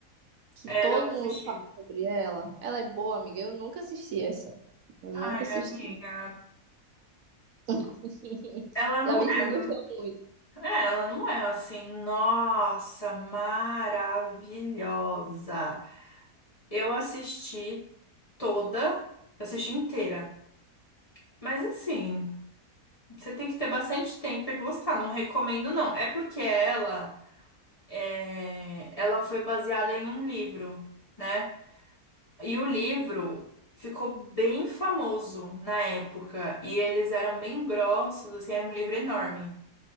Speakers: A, on the right; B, on the left.
A: Que
B: Ela
A: todo
B: eu assisti.
A: mundo fala sobre ela. Ela é boa, amiga. Eu nunca assisti essa. Eu nunca
B: Ai,
A: assisti.
B: amiga,
A: <laughs>
B: ela não
A: Já vi que não
B: é.
A: gostou muito.
B: É, ela não é assim, nossa, maravilhosa. Eu assisti toda, eu assisti inteira. Mas assim, você tem que ter bastante tempo e gostar, não recomendo não. É porque ela é, ela foi baseada em um livro, né? E o livro ficou bem famoso na época e eles eram bem grossos, assim, era um livro enorme.